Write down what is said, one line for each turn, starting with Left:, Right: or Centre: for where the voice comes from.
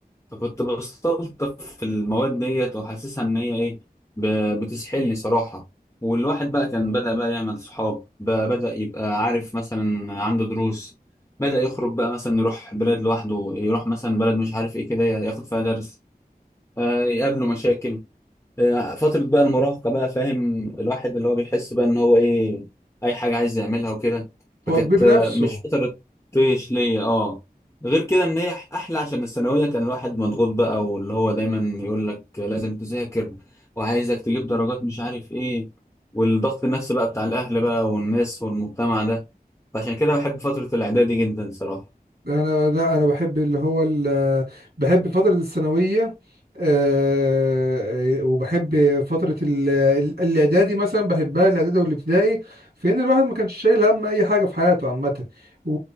Left: فكنت بستلطف في المواد ديت وحاسسها ان هي ايه ب- بتسحلني صراحة والواحد بقى كان بدأ بقى يعمل صحاب ب- بدأ يبقى عارف مثلا عنده دروس بدأ يخرج بقى مثلا يروح بلاد لوحده يروح مثلا بلد مش عارف ايه كده ياخد فيها درس آه، يقابله مشاكل آه، فترة بقى المراهقة بقى فاهم الواحد اللي هو بيحس بقى ان هو ايه اي حاجة عايز يعملها وكده فكانت
Right: هو كبير
Left: آه،
Right: نفسه
Left: مش فترة طيش ليا اه غير كده ان هي احلى عشان الثانوية كان الواحد مضغوط بقى واللي هو دايما يقول لك لازم تذاكر وعايزك تجيب درجات مش عارف ايه والضغط النفسي بقى بتاع الاهل بقى والناس والمجتمع ده فعشان كده بحب فترة الاعدادي جدا صراحة
Right: انا لا انا بحب اللي هو ال... بحب فترة الثانوية آه، وبحب فترة ال... ال- الاعدادي مثلا بحبها الاعدادي والابتدائي في ان الواحد ما كانش شايل هم اي حاجة في حياته عامة و...